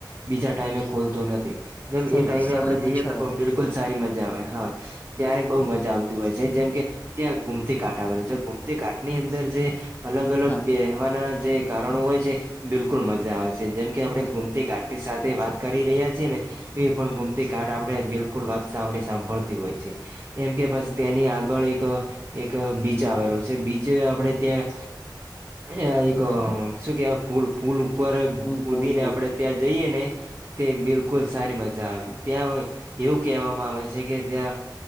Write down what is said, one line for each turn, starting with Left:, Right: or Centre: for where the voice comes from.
Right: બીજા ટાઈમે ખોલતો નથી. જેમ
Left: હમ
Right: એ ટાઈમે
Left: સવારના
Right: આપડે જઈએ
Left: છ
Right: તો
Left: વાગે
Right: પણ બિલકુલ સારી મજા આવે હા ત્યારે બહુ મજા આવતી હોય છે જેમ કે ત્યાં ગુમતી કાટ આવેલું છે ગુમતી કાટ ની અંદર જે અલગ અલગ
Left: હા
Right: બે વાના જે કારણો હોય છે બિલકુલ મજા આવે છે જેમ કે આપડે
Left: હા
Right: ગુમતી કા સાથે વાત કરી રહ્યા છે ને એ પણ ગુમતી કાઠ આપણે બિલકુલ વાત આપે સાંભળતી હોય છે એમ કે પછી તેની આગળ એક. એક બીચ આવેલો છે બીચ આપણેે ત્યાં એ એક
Left: હા
Right: શું કે પૂલ પૂલ ઉપર
Left: હમ
Right: કૂદીને
Left: પુલ પુલ
Right: આપણે ત્યાં જઈએ ને. તે બિલકુલ સારી મજા આવે ત્યાં એવું કહેવામાં આવે છે કે ત્યાં